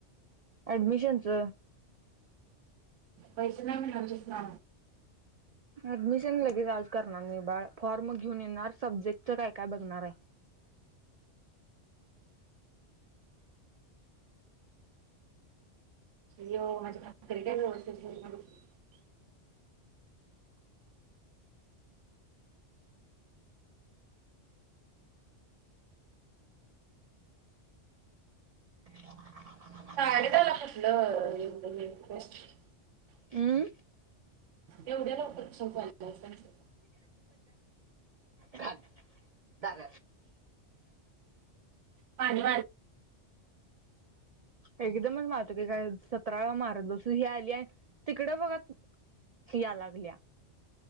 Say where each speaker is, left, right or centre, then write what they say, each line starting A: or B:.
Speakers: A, on the right; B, on the right.
A: ऍडमिशनच
B: पैस ना मस ना
A: ऍडमिशन लगेच आज करणार नाही बाळ फॉर्म घेऊन येणार सब्जेक्टच काय काय बघणार आहे
B: ये माझ्या भाकरी काय व्यवस्थित...
A: ह
B: साडेदहाला कुठलं <unintelligible>
A: हम
B: एवढ्या लवकर छत बादलायदातायसा
A: झाले जाट
B: पाणी
A: एकदमच माहत की काय सतरा मारत बसून ही आली आणि तिकडे बघा. ही या लागल्या....